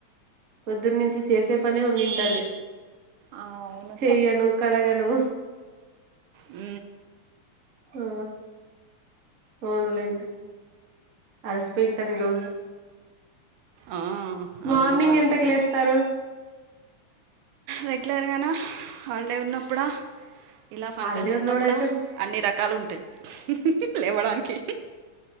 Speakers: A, on the right (about 55°); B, on the right (about 80°).
A: పొద్దున్న నుంచి చేసే పని ఉనింటది
B: ఆ అవును
A: చెయ్యను కడగను
B: ఊ
A: ఆ ఓన్లేండి అలసిపోయింటారు ఈ రోజు
B: ఆ
A: మార్నింగ్
B: అవును అలసిపోయిన
A: ఎంతకి లేస్తారు
B: రెగ్యులర్గానే హాలిడే ఉన్నప్పుడ ఇలా ఫంక్షన్స్
A: హాలిడే ఉన్నోడైతే
B: ఉన్నప్పుడ అన్ని రకాలు ఉంటాయి లేవడానికి